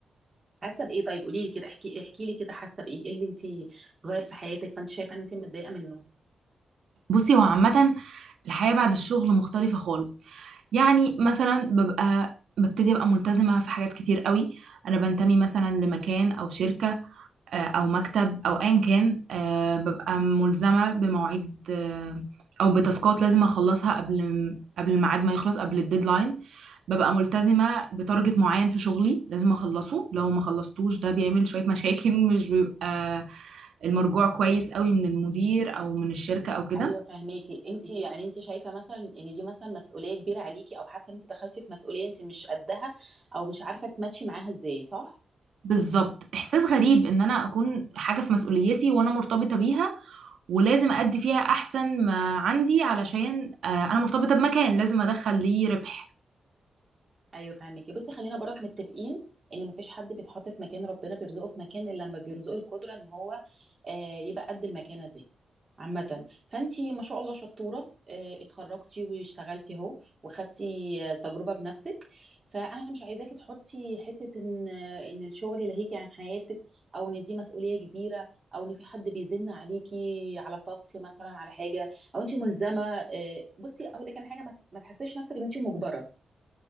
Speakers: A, on the right; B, on the right.
A: حاسه بايه طيب قولي لي كده احكي احكي لي كده حاسه بايه ايه اللي انت غير في حياتك فانت شايفه ان انت متضايقه منه
B: بصي هو عامة الحياة بعد الشغل مختلفة خالص يعني مثلا ببقى ببتدي ابقى ملتزمة في حاجات كتير قوي انا بنتمي مثلا لمكان او شركة آه، او مكتب او ايا كان آه، ببقى ملزمة بمواعيد آه، او بتاسكات لازم اخلصها قبل قبل الميعاد ما يخلص قبل الديدلاين ببقى ملتزمة بتارجت معين في شغلي لازم اخلصه لو ما خلصتوش ده بيعمل شوية مشاكل مش بيبقى المرجوع كويس قوي من المدير او من الشركة او كده
A: ايوه فهماكي انت يعني انت شايفه مثلا ان دي مثلا مسؤوليه كبيره عليكي او حاسه ان انت دخلتي في مسؤوليه انت مش قدها او مش عارفه تماتشي معاها ازاي صح
B: بالظبط احساس غريب ان انا اكون حاجه في مسؤوليتي وانا مرتبطه بيها ولازم ادي فيها احسن ما عندي علشان آه، انا مرتبطه بمكان لازم ادخل ليه ربح
A: ايوه فهماكي بصي خلينا برك متفقين ان مفيش حد بيتحط في مكان ربنا بيرزقه في مكان الا لما بيرزقه القدره ان هو آه يبقى قد المكانه دي عامة فانتي ما شاء الله شطورة آه، اتخرجتي واشتغلتي اهو وخدتي آه، التجربة بنفسك فانا مش عايزاكي تحطي حتة ان آه، ان الشغل يلهيكي عن حياتك او ان دي مسؤولية كبيرة او ان في حد بيزن عليكي على تاسك مثلا على حاجة او انتي ملزمة آه، بصي اقول لك انا حاجة ما ما تحسيش نفسك ان انتي مجبرة